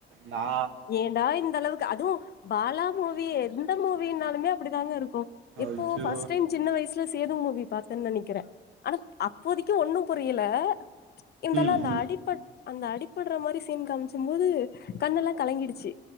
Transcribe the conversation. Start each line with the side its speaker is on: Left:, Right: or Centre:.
Right: நா
Left: ஏன்டா இந்த அளவுக்கு அதுவு பாலா மூவி எந்த மூவினாலுமே அப்டித்தாங்க இருக்கு
Right: அச்சோ
Left: இப்போ ஃபஸ்ட் டைம் சின்ன வயசு ல சேது மூவி பாத்தேன்னு நெனைக்கிறே ஆனா அப்போதைக்கு ஒன்னு புரியல இந்தாலு
Right: ம்
Left: அந்த
Right: ம்
Left: அடிப்பட் அந்த அடிபட்ற மாரி சீன் காமி க்குபோது கண்ண எல்லா கலங்கிடிச்சி